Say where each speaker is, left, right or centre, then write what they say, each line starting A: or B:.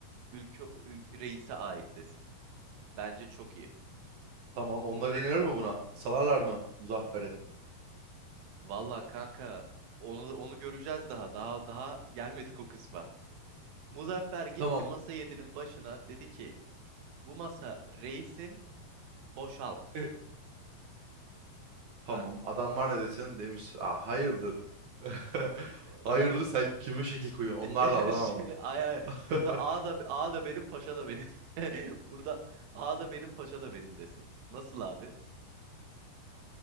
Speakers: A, on the right; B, on the right.
A: Ülke, ülke reise ait desin. Bence çok iyi.
B: Tamam. Onlar inanır mı buna? Salarlar mı
A: Hı?
B: Muzaffer'i?
A: Vallahi kanka onu onu göreceğiz daha. Daha daha gelmedik o kısma. Muzaffer gitti
B: Tamam.
A: masa yedi'nin başına dedi ki bu masa reisin boşalt.
B: E, Tamam.
A: Ha.
B: Adam var ne desin demiş. Aa, hayırdır. <laughs>
A: E,
B: Hayırdır sen kime şekil koyuyorsun?
A: de-
B: Onlar
A: <laughs>
B: da Adanalı.
A: şey, ay, ay,
B: <laughs>
A: burada A da A da benim paşa da benim. <laughs> Burada A da benim paşa da benim desin. Nasıl abi?